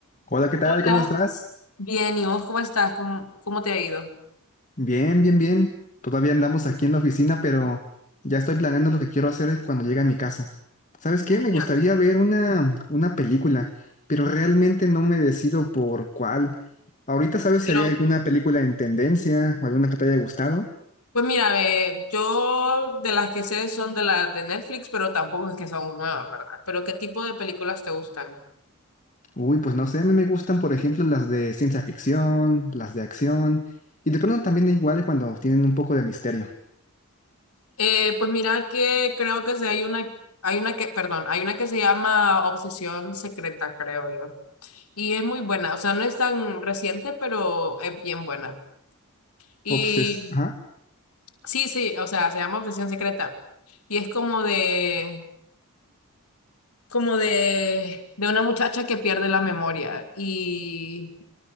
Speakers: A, on the left; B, on the left.
A: Hola, ¿qué tal?
B: Hola.
A: ¿Cómo estás?
B: Bien, ¿y vos cómo estás? ¿Cómo, cómo te ha ido?
A: Bien, bien, bien. Todavía andamos aquí en la oficina, pero ya estoy planeando lo que quiero hacer cuando llegue a mi casa. ¿Sabes qué?
B: Escucha,
A: Me gustaría ver una, una película, pero realmente no me decido por cuál. Ahorita, ¿sabes
B: Pero,
A: si hay alguna película en tendencia o alguna que te haya gustado?
B: pues mira, ve, yo de las que sé son de las de Netflix, pero tampoco es que son nuevas, ¿verdad? Pero ¿qué tipo de películas te gustan?
A: Uy, pues no sé, a mí me gustan, por ejemplo, las de ciencia ficción, las de acción, y de pronto también igual cuando tienen un poco de misterio.
B: Eh, pues mira que creo que sí hay una, hay una que, perdón, hay una que se llama Obsesión Secreta, creo yo. Y es muy buena, o sea, no es tan reciente, pero es bien buena. Y
A: Obses, ajá.
B: sí, sí, o sea, se llama Obsesión Secreta. Y es como de, como de, de una muchacha que pierde la memoria. Y